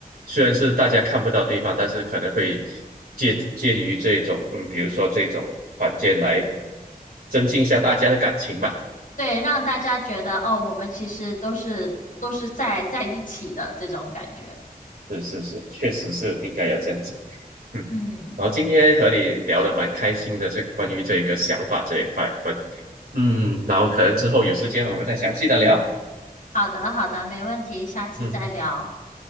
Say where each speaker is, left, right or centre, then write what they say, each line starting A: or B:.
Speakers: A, on the right; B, on the left.
A: 虽然是大家看不到对方，但是可能会借介于这种，嗯，比如说这种团建来增进一下大家的感情吧。
B: 对，让大家觉得哦，我们其实都是都是在在一起的这种感觉。
A: 是是是，确实是应该要这样子。嗯，
B: 嗯，
A: 然后今天和你聊得蛮开心的，这关于这个想法这一块，我们嗯，然后可能之后有时间我们再详细的聊。
B: 好的，好的，没问题，下次再聊。
A: 嗯